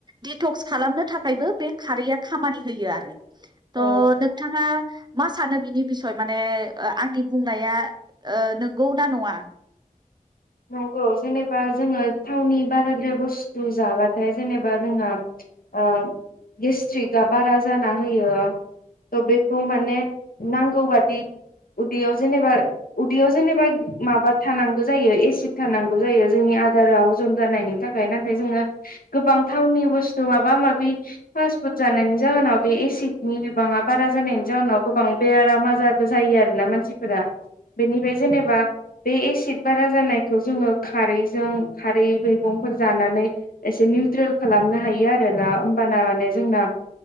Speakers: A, on the right; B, on the left.
A: दिटक्स खालामनो थाखायबो बे खारैया खामानि होयो आरो। त'
B: औ
A: नोंथांङा मा सानो बिनि बिसय माने ओ आंनि बुंनाया ओ नोंगौ ना नंङा?
B: नंगौ जेनेबा जोंङो थावनि बाराद्राय बुस्थु जाबाथाय जेनेबा जोंहा ओ गेस्ट्रिकआ बारा जाना होयो। थ' बेखौ माने नांगौ बादि। उदैयाव जेनेबा उदैयाव जेनेबा माबा थानांगौ जायो एसि थिख थानांगौ जायो जोंनि आदाराव हजम जानायनि थाखाय जोंङो गोबां थावनि बुसथु माबा माबि फासफुद जानायनि जाहोनाव बे एसिडनि बिबांङा बारा जानायनि जाहनाव गोबां बे बेराम आजारफोर जायो आरोना मानसिफोरा बेनिबे जेनेबा बे एसिड बारा जानाय खौ जोंङो खारैजों खारै मैगंफोर जानानै एसे निउट्रेल खालामनो हायो आरो। एला ओमबाना माने जोंना